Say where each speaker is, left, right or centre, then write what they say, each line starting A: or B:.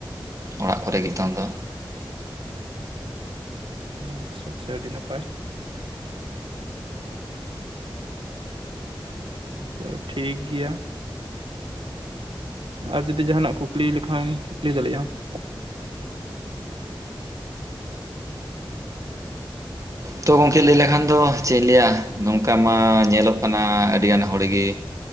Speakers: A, on the right; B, on the right.
A: ᱚᱲᱟᱜ ᱠᱚᱨᱮ ᱜᱮ ᱱᱤᱛᱚᱝ ᱫᱚ᱾
B: ᱟᱪᱪᱷᱟ ᱟᱪᱪᱷᱟ ᱟᱹᱰᱤ ᱱᱟᱯᱟᱭ ᱾ ᱛᱚ ᱴᱷᱤᱠ ᱜᱮᱭᱟ ᱾ ᱟᱨ ᱡᱩᱫᱤ ᱡᱟᱦᱟᱸᱱᱟᱜ ᱠᱩᱠᱞᱤ ᱞᱮᱠᱷᱟᱱ ᱠᱩᱠᱞᱤ ᱫᱟᱲᱮᱭᱟᱜᱼᱟ ᱟᱢ ᱾
A: ᱛᱚ ᱜᱚᱢᱠᱮ ᱞᱟᱹᱭ ᱞᱮᱠᱷᱟᱱ ᱫᱚ ᱪᱮᱫ ᱤᱧ ᱞᱟᱹᱭᱟ ᱱᱚᱝᱠᱟ ᱢᱟ ᱧᱮᱞᱚᱜ ᱠᱟᱱᱟ ᱟᱹᱰᱤᱜᱟᱱ ᱦᱚᱲ ᱜᱮ᱾